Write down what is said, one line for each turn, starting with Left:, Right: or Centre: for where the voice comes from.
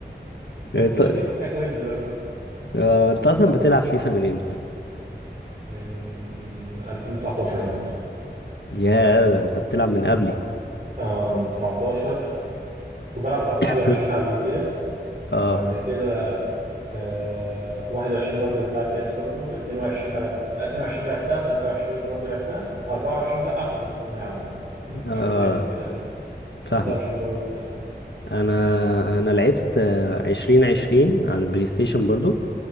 Right: بس
Left: انت
Right: غير كده كنت ببيع كوينز بقى وكده
Left: آه، انت اصلا بتلعب فيفا من امتى
Right: من 2019 مثلا
Left: يا ده انت بتلعب من قبلي
Right: اه من 19 كنت بلعب 19
Left: <laughs>
Right: و20 على البي اس
Left: اه
Right: وبعد كده آه 21 برضو بتاع البي اس برضو 22 ما لعب... لا، 22 لعبتها و23 برضو لعبتها 24 لا عشان كنت في ثانوية عامة فما كنتش
Left: اه
Right: فاضي قوي كده 25
Left: فاهمك
Right: برضو بتاع
Left: انا
Right: اه
Left: انا لعبت عشرين عشرين على البلاي ستيشن برضو